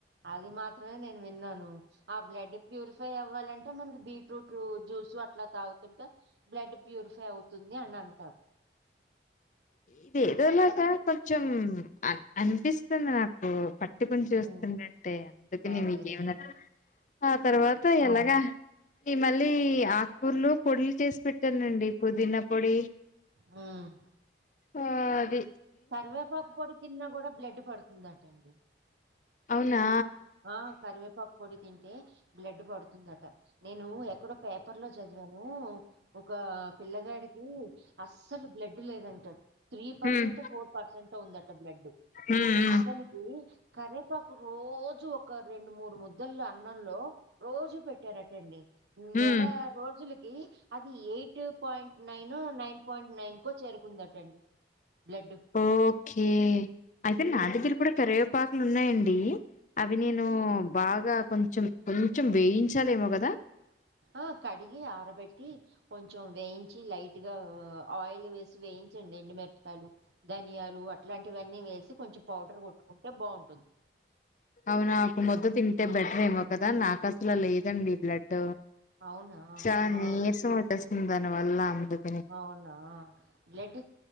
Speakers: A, on the right; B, on the left.
A: అది మాత్రమే నేను విన్నాను ఆ బ్లడ్ ప్యూరిఫై అవ్వాలంటే మనకి బీట్రూట్ జ్యూస్ అట్లా తాగుతుంటే బ్లడ్ ప్యూరిఫై అవుతుంది అన్నారు అంట
B: ఇది ఏదోలాగా కొంచెం అనిపిస్తుంది నాకు పట్టుకుని చూస్తుండు
A: ఉమ్,
B: అంటే అందుకని
A: ఓకే
B: మీకేమి ఆ తర్వాత ఎలాగా ఈ మళ్ళీ ఆకు కూరలు పొడిలు చేసి పెట్టానండి పుదీనా పొడి
A: ఉమ్
B: ఆది
A: కరివేపాకు పొడి తిన్నా కూడా బ్లడ్ పడుతుందటండి
B: అవునా
A: ఆ కరివేపాకు పొడి తింటే బ్లడ్ పడుతుందట నేను ఎక్కడో పేపర్లో చదివాను ఒక పిల్లగాడి కి అస్సలు బ్లడ్ లేదంటాడు త్రీ
B: ఉమ్
A: పర్సెంట్ ఫోర్ పర్సెంట్ ఉందట బ్లడ్డు
B: ఉమ్ ఉమ్
A: అతనికి కరేపాకు రోజు ఒక రెండు మూడు ముద్దలో అన్నంలో రోజు పెట్టారటండి నెల
B: ఉమ్
A: రోజు కి అది eight point nine nine point nine కు చేరుకుందటండి బ్లడ్
B: ఓకే అయితే నా దగ్గర కూడా కరివేపాకులు ఉన్నాయండి అవి నేను బాగా కొంచెం కొంచెం వేయించాలేమో కదా
A: ఆ కడిగి ఆరబెట్టి కొంచెం వేయించి లైట్ గా ఆయిల్ వేసి వేయించండి ఎండుమిరపకాయలు ధనియాలు అట్లాంటివన్నీ వేసి కొంచెం పౌడర్ కొట్టుకుంటే బాగుంటుంది
B: అవు నాకు ముద్ద తింటే బెటర్ ఏమో కదా నాకు అసలు లేదండి బ్లడ్
A: అవునా
B: చాన
A: ఆ
B: నీరసం ఉట్టొస్తుంది దాని వల్ల అందుకు
A: అవునా బ్లడ్